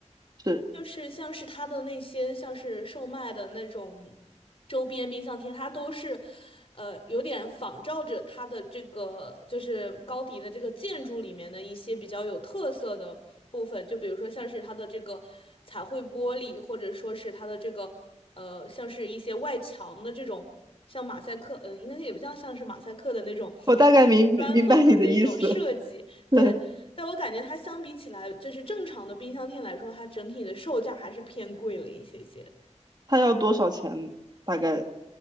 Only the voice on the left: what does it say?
就是像是它的那些像是售卖的那种周边冰箱贴，它都是，呃，有点仿照着它的这个就是高迪的这个建筑里面的一些比较有特色的部分，就比如说像是它的这个彩绘玻璃，或者说是它的这个呃像是一些外墙的这种像马赛克，嗯、应该也不叫像是马赛克的那种
<laughs> 砖缝的那种设计，
对，但我感觉它相比起来，就是正常的冰箱贴来说，它整体的售价还是偏贵了一些些。